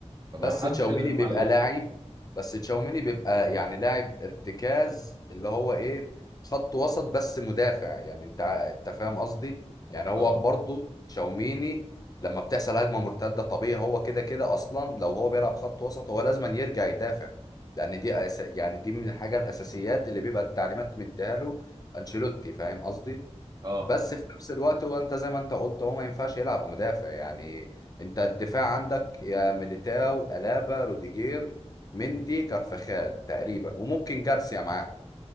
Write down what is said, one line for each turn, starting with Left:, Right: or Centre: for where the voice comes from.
Right: فما
Left: بس
Right: حدش
Left: تشاوميني
Right: يقدر يلوم
Left: بيبقى
Right: عليه
Left: لاعب بس تشاوميني بيبقى يعني لاعب ارتكاز اللي هو ايه خط وسط بس مدافع يعني انت ع- انت فاهم قصدي يعني هو
Right: اه
Left: برضو تشاوميني لما بتحصل هجمة مرتدة طبيعي هو كده كده اصلا لو هو بيلعب خط وسط هو لازم يرجع يدافع لان دي أس... يعني دي من الحاجة الاساسيات اللي بيبقى التعليمات مديها له انشيلوتي فاهم قصدي
Right: اه
Left: بس في نفس الوقت هو انت زي ما انت قلت هو ما ينفعش يلعب مدافع يعني انت الدفاع عندك يا ميليتاو ألابا روديجير مندي كارفخال تقريبا وممكن جارسيا معاهم